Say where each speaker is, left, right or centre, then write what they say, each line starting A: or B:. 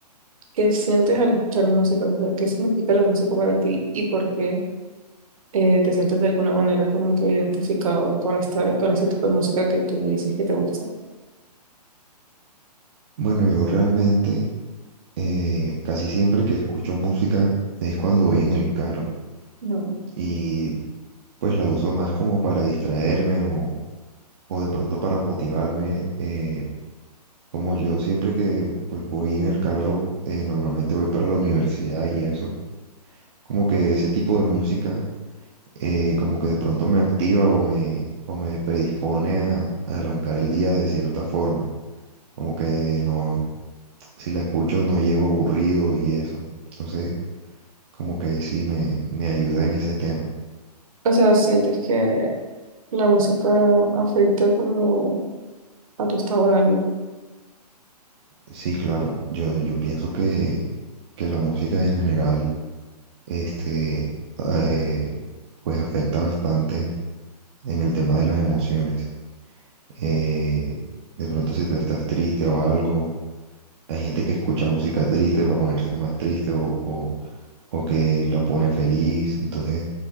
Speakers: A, on the right; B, on the right.
A: qué sientes al escuchar música? O sea, ¿qué significa la música para ti y por qué eh, te sientes de alguna manera como que identificado con esta, con ese tipo de música que tú dices que te gusta?
B: Bueno, yo realmente eh, casi siempre que escucho música es cuando voy en el carro
A: No.
B: y pues la uso más como para distraerme o, o de pronto para motivarme. eh, como yo siempre que pues voy en el carro, eh, normalmente voy para la universidad y eso, como que ese tipo de música eh, como que de pronto me activa o me, o me predispone a, a arrancar el día de cierta forma. Como que no, si la escucho no llego aburrido y eso. Entonces, como que sí me, me ayuda en ese tema.
A: O sea, ¿sientes que la música afecta como a tu estado de ánimo?
B: Sí, claro, yo, yo pienso que, que la música en general, este, eh, pues afecta bastante en el tema de las emociones. Eh, de pronto si tú estás triste o algo Hay gente que escucha música triste para ponerse más triste o, o- o que la pone feliz. Entonces,